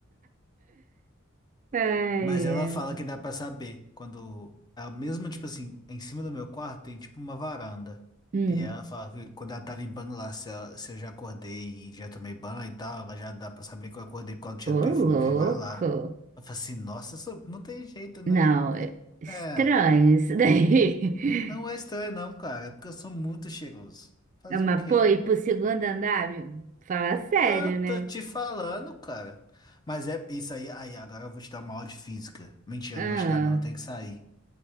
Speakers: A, on the right; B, on the left.
A: Ai,
B: Mas ela
A: ai.
B: fala que dá pra saber quando ela mesmo tipo assim, em cima do meu quarto tem tipo uma varanda.
A: Hum.
B: E ela fala que quando ela tá limpando lá, se, ela- se eu já acordei e já tomei banho e tal, ela já dá pra saber que eu acordei por causa do cheiro
A: Ô,
B: do perfume,
A: louco.
B: que ele vai lá. Ela fala assim, nossa, sou- não tem jeito, né?
A: Não, é estranho
B: É,
A: isso daí.
B: não é
A: <laughs>
B: estranho não, cara, é porque eu sou muito cheiroso. Fazer
A: Ah, Mas,
B: o quê?
A: pô, ir pro segundo andar? me- Fala sério,
B: Ah,
A: né?
B: tô te falando, cara. Mas é isso aí, aí agora eu vou te dar uma aula de física. Mentira,
A: Ah,
B: não vou te dar não, eu tenho que sair.